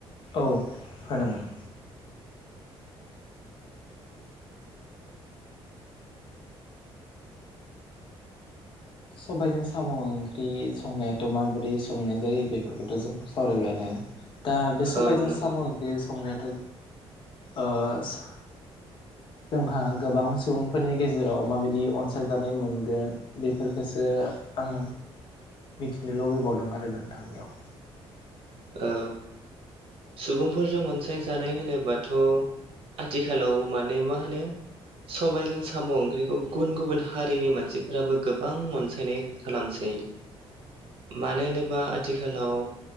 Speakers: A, on the left; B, on the right.
A: औ होनांगोन। सबाइजों साम' ओंख्रि संनायाथ' माबोरै संनाय जायो बेफोरखौथ' जों सावरायबायानो। दा बे सबायजों
B: औ नंगौ
A: साम' ओंख्रि संनायाथ' ओस जोंहा गोबां सुबुंफोरनि गेजेराव माबायदि अनसायजानाय मोनगोन बेफोरखोसो आं मिथिनो लुगैबावदों नाथाय नोंथांनियाव।
B: औ सुबुंफोरजों अनसायजानाय होनोबाथ' आथिखालाव माने मा होनो सबायजों साम' ओंख्रिखौ गुबुन गुबुन हारिनि मानसिफोराबो गोबां अनसायनाय खालामसै। मानो होनोबा आथिखालाव